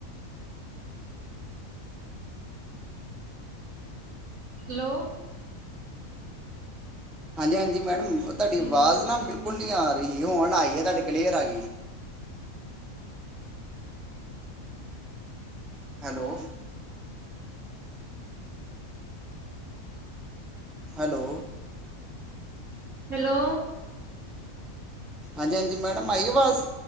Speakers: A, on the right; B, in the centre.
A: ਹੈਲੋ,
B: ਹਾਂਜੀ ਹਾਂਜੀ। ਮੈਡਮ
A: ਯਾਰ ਕੀ
B: ਤੁਹਾਡੀ ਆਵਾਜ਼
A: ਆ
B: ਨਾ
A: ਚੱਲਦੀ
B: ਬਿਲਕੁਲ ਨਹੀਂ
A: ਨੀ।
B: ਆ ਰਹੀ ਹੁਣ ਆਈਏ ਤੁਹਾਡੇ ਕਲੀਅਰ ਆ ਗੀ। ਹੈਲੋ। ਹੈਲੋ,
A: ਹੈਲੋ,
B: ਹਾਂਜੀ ਹਾਂਜੀ, ਮੈਡਮ ਆਈ ਆਵਾਜ਼।